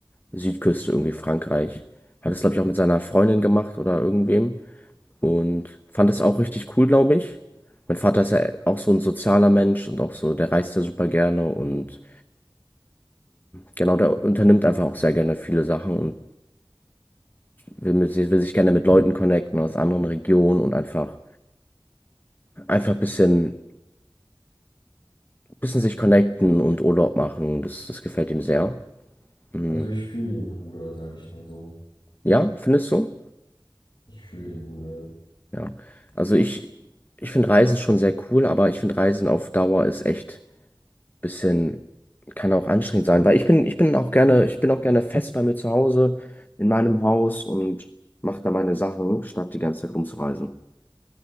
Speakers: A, on the left; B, on the left.
A: Südküste irgendwie Frankreich. Hat es, glaube ich, auch mit seiner Freundin gemacht oder irgendwem und fand es auch richtig cool, glaube ich. Mein Vater ist ja auch so ein sozialer Mensch und auch so, der reist ja super gerne und Genau, der unternimmt einfach auch sehr gerne viele Sachen und will, mit, will sich gerne mit Leuten connecten aus anderen Regionen und einfach einfach ein bisschen, bisschen sich connecten und Urlaub machen. Das, das gefällt ihm sehr. Hm.
B: Also ich fühle den Bruder, sage ich mal so.
A: Ja, findest du?
B: Ich fühle den Bruder, ja.
A: Ja. Also ich, ich finde Reisen schon sehr cool, aber ich finde Reisen auf Dauer ist echt ein bisschen, kann auch anstrengend sein, weil ich bin, ich bin auch gerne, ich bin auch gerne fest bei mir zu Hause, in meinem Haus und mache da meine Sachen, statt die ganze Zeit rumzureisen.